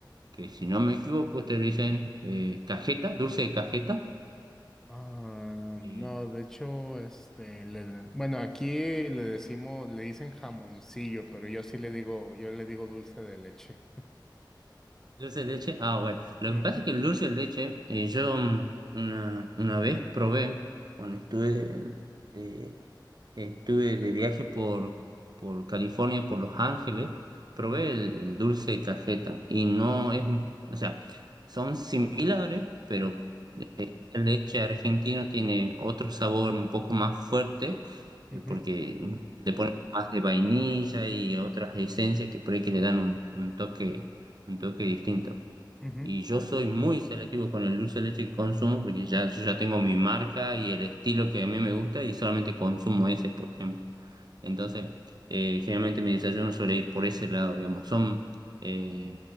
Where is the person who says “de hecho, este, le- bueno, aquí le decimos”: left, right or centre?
Centre